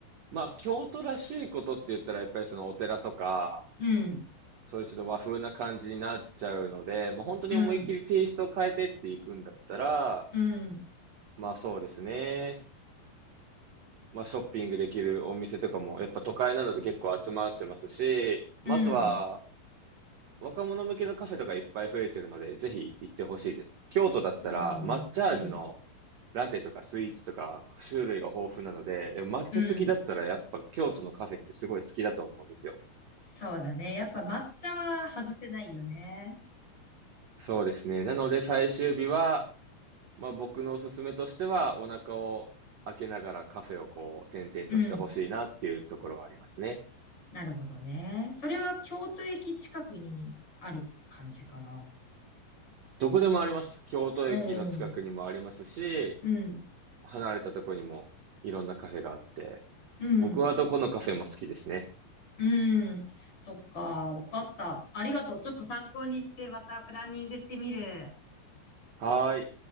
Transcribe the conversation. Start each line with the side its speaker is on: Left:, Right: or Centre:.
Right: まあ、京都らしいことって言ったら、やっぱりそのお寺とか、
Left: う。うん、
Right: そういうちょっと和風な感じになっちゃうので、もう本当に思いっきりテイストを変えてっていくんだったら、
Left: うん、うん、
Right: まあそうですね。まあショッピングできるお店とかも、やっぱ都会なので結構集まってますし、
Left: うん、
Right: まああとは、若者向けのカフェとかいっぱい増えてるので、ぜひ行ってほしいです。京都だったら、
Left: うん、
Right: 抹茶味の
Left: うん、
Right: ラテとかスイーツとか種類が豊富なので、抹茶好きだったらやっぱ京都のカフェってすごい好きだと思うんですよ。
Left: うん。そうだね。やっぱ抹茶は外せないよね。
Right: そうですね。なので最終日は、まあ僕のおすすめとしては、お腹を開けながらカフェをこう、点々としてほしいなっていうところはありますね。
Left: うん。なるほどね。それは京都駅近くにある感じかな。
Right: どこでもあります。京都駅の近くにもありますし、
Left: うん。うん、
Right: 離れたとこにもいろんなカフェがあって、
Left: うん、
Right: 僕はどこのカフェも好きですね。
Left: うん。そっか、わかった。ありがとう。ちょっと参考にして、またプランニングしてみる。
Right: はーい。